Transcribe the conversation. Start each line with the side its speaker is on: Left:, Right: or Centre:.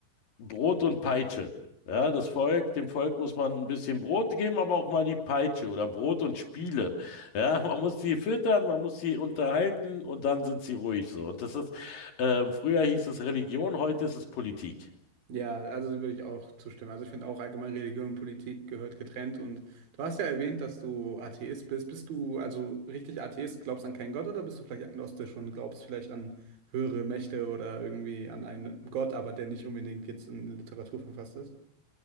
Left: Brot und Peitsche. Ja, das Volk, dem
Right: Ja.
Left: Volk muss man ein bisschen Brot geben, aber auch mal die Peitsche oder Brot und Spiele. Ja, <laughs> man muss sie füttern, man muss sie unterhalten und dann sind sie ruhig so. Und das ist, äh, früher hieß es Religion, heute ist es Politik.
Right: Ja, also so würde ich auch zustimmen. Also ich finde auch allgemein Religion und Politik gehört getrennt. Und du hast ja erwähnt, dass du Atheist bist. Bist du also richtig Atheist, glaubst an keinen Gott oder bist du vielleicht agnostisch und glaubst vielleicht an höhere Mächte oder irgendwie an einen Gott, aber der nicht unbedingt jetzt in Literatur verfasst ist?